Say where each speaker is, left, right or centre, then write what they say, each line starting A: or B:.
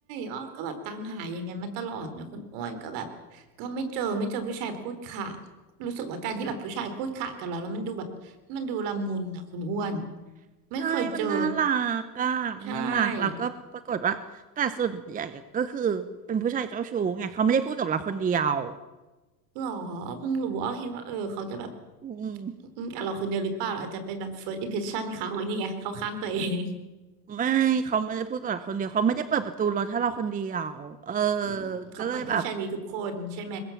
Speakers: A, on the right (about 55°); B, on the right (about 15°).
A: อ้อก็แบบตามหาอย่างนั้นมาตลอดนะคุณอ้วนก็แบบก็ไม่เจอไม่เจอผู้ชายพูดค่ะรู้สึกว่าการที่แบบผู้ชายพูดค่ะกับเราแล้วมันดูแบบมันดูละมุนนะคุณอ้วน
B: <laughs>
A: ไม่เคยเจอ
B: ใช่มันน่ารักอ่ะมันน่ารักแล้วก็ปรากฏว่าแต่ส่วนใหญ่ก็คือเป็นผู้ชายเจ้าชู้ไงเขาไม่ได้พูดกับเราคนเดียว
A: ใช่หรออ้อเพิ่งรู้อ้อคิดว่าเออเขาจะแบบ
B: อืม
A: อืมกับเราคนเดียวหรือเปล่าเราอาจจะเป็นแบบ first impression เขานี่ไงเขาข้างตัวเอง
B: ไม่เขาไม่ได้พูดกับเราคนเดียวเขาไม่ได้เปิดประตูรถให้เราคนเดียวเออ
A: อืมเขาเปิดให้ชายนีทุกคนใช่ไหม
B: ก็เลยแบบ